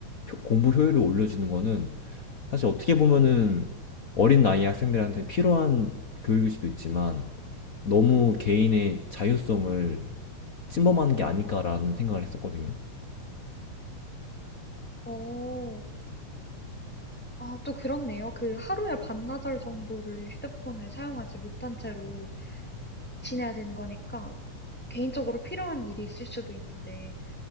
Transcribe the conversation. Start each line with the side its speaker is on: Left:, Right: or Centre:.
Left: 효- 공부 효율을 올려주는 거는 사실 어떻게 보면은 어린 나이 학생들한테 필요한 교육일 수도 있지만 너무 개인의 자유성을 침범하는 게 아닐까라는 생각을 했었거든요.
Centre: 어. 아 또 그렇네요. 그 하루에 반나절 정도를 휴대폰을 사용하지 못한 채로 지내야 되는 거니까 개인적으로 필요한 일이 있을 수도 있는데